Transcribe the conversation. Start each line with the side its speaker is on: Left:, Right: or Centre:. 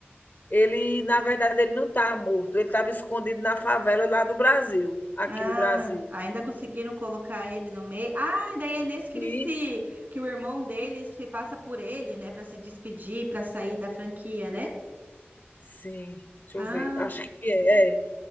Left: Ele, na verdade, ele não estava morto, ele estava escondido na favela lá do Brasil, aqui
Right: Ah,
Left: do Brasil.
Right: ainda conseguiram colocar ele no meio. Ah, daí é nesse que
Left: Sim.
Right: ele se, que o irmão dele se passa por ele, né, Pra se despedir, pra sair da franquia, né?
Left: Sim, deixa
Right: Ah,
Left: eu ver, acho que é. é.